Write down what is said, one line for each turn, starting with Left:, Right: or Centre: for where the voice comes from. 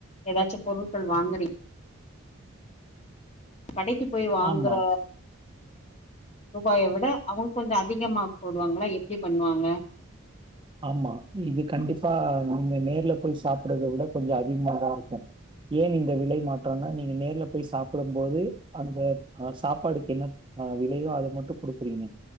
Left: ஏதாச்சும் பொருட்கள் வாங்குறீ கடைக்கிப் போய் வாங்குற
Right: ஆமா,
Left: ரூபாயை விட அவங்க கொஞ்சம் அதிகமா போடுவாங்களா எப்டி பண்ணுவாங்க
Right: ஆம்மா இது கண்டிப்பா நீங்க நேர்ல போய் சாப்பிடுறதை விட கொஞ்சம் அதிகமாதான் இருக்கும் ஏன் இந்த விலை மாற்றம்னா நீங்க நேர்ல போய் சாப்பிடும் போது அந்த அஹ் சாப்பாடுக்கு என்ன ஆஹ விலையோ அதை மட்டும் கொடுக்குறீங்க